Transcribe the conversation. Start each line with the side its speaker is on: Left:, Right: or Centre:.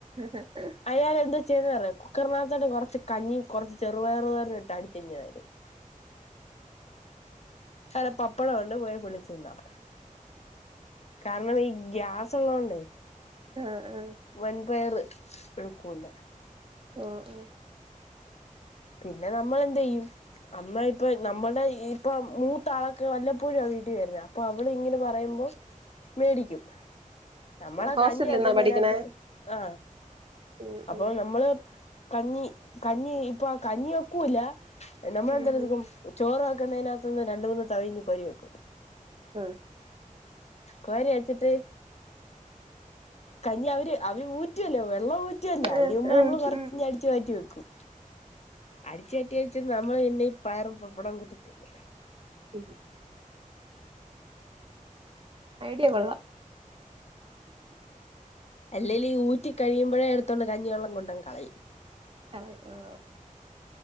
Right: ഹ ഹ
Left: അയാള് എന്താ ചെയ്യണന്ന് അറിയാവോ, കുക്കറിനകത്ത് കൊറച്ച് കഞ്ഞിയും കുറച്ച് ചെറുപയറു തോരനും ഇട്ട് അടിച്ച് ഇങ്ങ് തരും. അരപപ്പടം ഒണ്ട് പോയി പൊള്ളിച്ച് തിന്നാം. കാരണം ഈ ഗ്യാസ് ഉള്ളതുകൊണ്ട്
Right: ആഹ് ആഹ്
Left: വൻപയറ്. എടുക്കൂല.
Right: ഓ ഓ
Left: പിന്നെ നമ്മൾ എന്ത് ചെയ്യും, അമ്മ ഇപ്പൊ നമ്മളുടെ ഇപ്പം മൂത്ത ആളൊക്കെ വല്ലപ്പോഴും വീട്ടിൽ വരുന്നത് അപ്പൊ. നമ്മള് ഇങ്ങനെ പറയുമ്പോ. മേടിക്കും. നമ്മളാ
Right: ഹോസ്റ്റലിൽ
Left: കഞ്ഞി വെയ്ക്കുന്നതിനകത്ത്
Right: നിന്നാ പഠിക്കണേ
Left: ആ
Right: ഉം
Left: അപ്പൊ
Right: ഉം
Left: നമ്മള്. കഞ്ഞി കഞ്ഞി ഇപ്പം. കഞ്ഞി വെക്കൂല. നമ്മള്
Right: ഉം
Left: എന്തെടുക്കും ചോറിന വെക്കുന്നതിനകത്തൊന്ന് നിന്ന് രണ്ടു മൂന്ന് തവി ഇങ്ങ് കോരി വെക്കും.
Right: ആ
Left: കോരി വെച്ചിട്ട്. കഞ്ഞി അവര് അവര് ഊറ്റ റ്റുല്ലോ വെള്ള ഉറ്റല്ല
Right: ആഹ്
Left: അതിന് മുമ്പ്
Right: ആഹ്
Left: നമ്മള് കൊറച്ച
Right: ഉം
Left: അടിച്ചു മാറ്റി വെക്കും. അടിച്ചട്ടിയച്ച നമ്മള് പിന്നെ ഈ പയറും പപ്പടം കൂട്ടി തിന്നു.
Right: ഉം ഐഡിയ കൊള്ളാം.
Left: അല്ലേലും ഈ ഊറ്റി. കഴിയുമ്പോഴേ എടുത്തോണ്ട് കഞ്ഞിവെള്ളം കൊണ്ട് അങ്ങ് കളയും.
Right: കളയുവോ